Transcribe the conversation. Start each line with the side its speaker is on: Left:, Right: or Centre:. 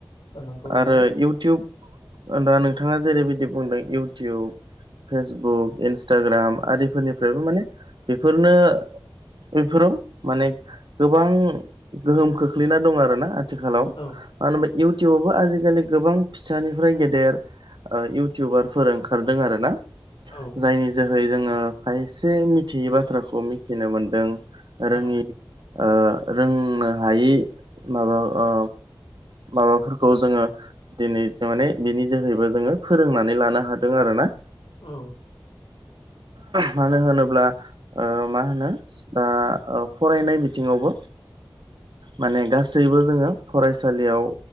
Left: औ नंगौ नोंथां
Right: आरो इउटुब दा नोंथाङा जेरैबायदि बुंदों इउटिउब फेसबुक इन्सटाग्राम आरदिफोरनिफ्रायबो माने बेफोरनो बेफोराव माने गोबां गोहोम खोख्लैना दं आरोना आथिखालाव
Left: औ
Right: मानो इउटुबावबो आजिखालि गोबां फिसानिफ्राय गेदेर ओ इउटुबारफोर ओंखारदों आरो ना
Left: औ
Right: जायनि जोहै जोङो खायसे मिथियै बाथ्राखौ मिथिनो मोन्दों
Left: औ
Right: रोङि ओ रोंनो हायि माबा ओ माबाफोरखौ जोङो दिनै माने बिनि जोहैबो जोङो फोरोंनानै लानो हादों आरोना
Left: औ
Right: मानो होनोब्ला ओ मा होनो दा ओ फरायनाय बिथिङावबो माने गासैबो जोङो फरायसालियाव